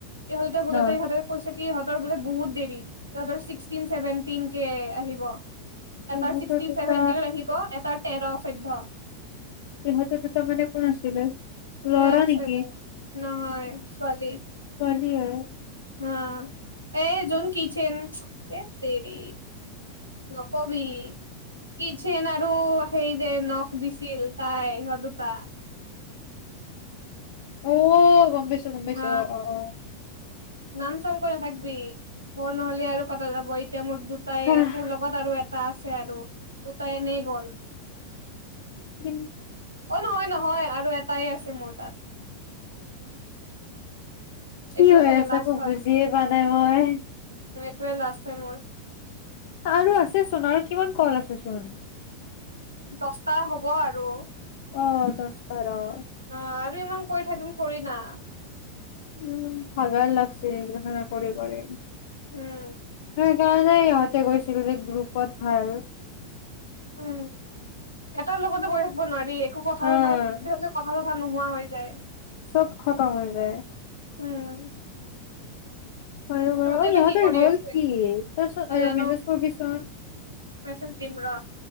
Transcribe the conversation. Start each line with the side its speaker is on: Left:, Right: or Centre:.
Right: ইহঁত দুটা সোধোতে
Left: ন
Right: ইহঁতে কৈছে কি ইহঁত তৰ বোলে বহুত দেৰি তহঁতৰ ছিক্সটিন চেভেনটিন কেে আহিব এটাৰ
Left: ইহঁতৰ
Right: ছিক্সটিন
Left: দুটা
Right: চেভেনটিনত আহিব এটাৰ তেৰ চৈধ্য
Left: ইহঁত দুটা মানে কোন আছিলে ল'ৰা
Right: এ আছে
Left: নেকি
Right: দে নহয় ছোৱালী
Left: কি এ
Right: হা এ যোন কিচেন হেত তেৰি নকবি কিচেন আৰু সেই যে নখ দিছিল তাই সিহত দুটা
Left: ঔ গম পাইছো ইছো গম পাইছো
Right: হা
Left: অ অ অ
Right: নাম চাম কৈ নাথাকিবি মোৰ নহলে আৰু কটা যাব এই এয়া মোৰ দুটাই
Left: হাহ
Right: তোৰ লগত আৰু টা আছে আৰু দুটাই এনেই গ'ল
Left: উম
Right: অ নহয় নহয় আৰু এ টাই আছে মোৰ তাত
Left: কি
Right: এইটোয়ে
Left: হৈ
Right: চাগে
Left: আছে
Right: লাষ্ট
Left: আ একৌ
Right: হয়
Left: বুজিয়ে পোৱা নাই মই
Right: এইটোৱৈ লাষ্ট হয় মোৰ
Left: আৰু আছেচোন আৰু কিমান কল আছে চোন
Right: দছটা হব আৰু
Left: অ দছ তাৰ অ
Right: অ' ইমান কৰি থাকিম থৰি না'
Left: উম ভাগাৰ লাগছে এইগেলা কৰি কৰি হো
Right: উম
Left: কোৱা নাই ইহঁতে গৈছিল যে গ্ৰু'পত ভালহে
Right: উম এটাৰ লগতো কৰি থাক্ প নোৱাৰি এ কব ধৰে
Left: অ
Right: মানে সিহঁতৰ কথাবো কথা নোহোৱা হৈ যায়।
Left: চব খতম হৈ যায়।
Right: উম
Left: হয়ো বাৰু
Right: তহঁতে
Left: সিহঁতেৰ
Right: বা কি কৰি
Left: হ'ল
Right: আছে
Left: কি তই চ
Right: নাজানো
Left: এ মেছেজ কৰিবিচোন।
Right: মেছেজ দিম ৰ